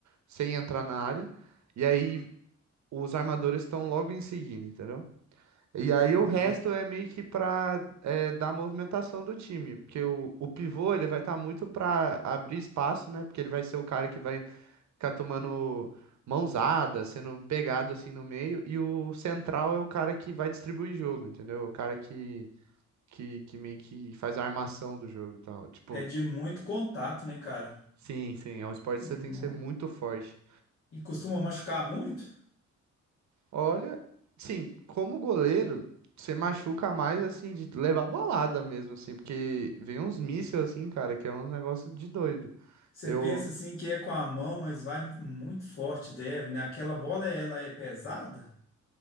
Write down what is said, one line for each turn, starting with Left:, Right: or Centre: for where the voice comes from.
Right: sem entrar na área, e aí os armadores estão logo em seguida, entendeu? E aí
Left: Entendi.
Right: o resto é meio que pra é, dar movimentação do time, porque o, o pivô ele vai estar muito pra abrir espaço, né? Porque ele vai ser o cara que vai ficar tomando mãozada, sendo pegado assim no meio, e o central é o cara que vai distribuir jogo, entendeu? O cara que, que, que meio que faz a armação do jogo e tal. Tipo,
Left: É de muito contato, né, cara?
Right: sim, sim, é um esporte
Left: Hum,
Right: que você tem que ser muito forte.
Left: E costuma machucar muito?
Right: Olha, sim, como goleiro, você machuca mais assim de levar bolada mesmo assim, porque vem uns mísseis assim, cara, que é um negócio de doido.
Left: Você
Right: Eu,
Left: pensa assim que é com a mão, mas vai mu- muito forte, deve, né? Aquela bola, ela é pesada?